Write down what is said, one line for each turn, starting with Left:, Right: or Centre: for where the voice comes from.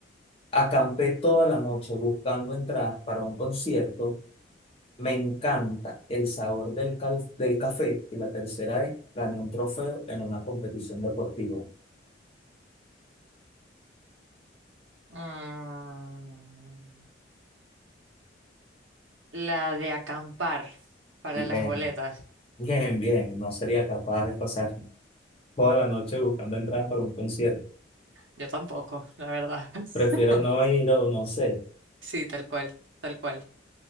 Left: Acampé toda la noche buscando entradas para un concierto Me encanta el sabor del, cal- del café y la tercera es gané un trofeo en una competición deportiva.
Right: Mm, la de acampar para
Left: Bien,
Right: las boletas.
Left: bien, bien. No sería capaz de pasar toda la noche buscando entradas para un concierto.
Right: Yo tampoco, la verdad. <laughs>
Left: Prefiero no ir o no sé.
Right: Sí, tal cual, tal cual.